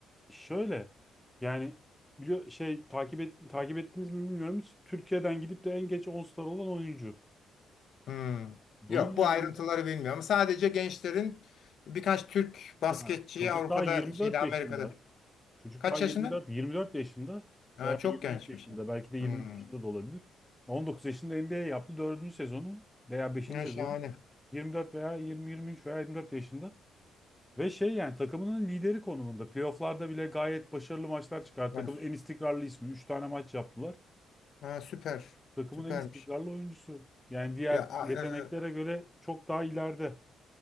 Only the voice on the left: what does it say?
Hmm.
Yok
bu ayrıntıları bilmiyorum. Sadece gençlerin birkaç Türk basketçiyi
Avrupa'da
şeyde Amerika'da.
Kaç
yaşında?
Ha,
çok
gençmiş.
ya.
Hmm.
Ya,
şahane.
Ha,
sü-
ha, süper.
Süpermiş.
Ya a-
e,